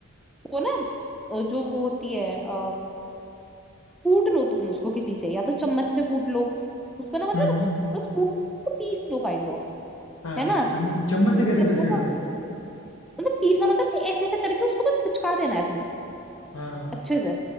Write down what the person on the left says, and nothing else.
हम्म हम्म,
हाँ
चम, चम्मच से
कैसे
पिसेगा
हाँ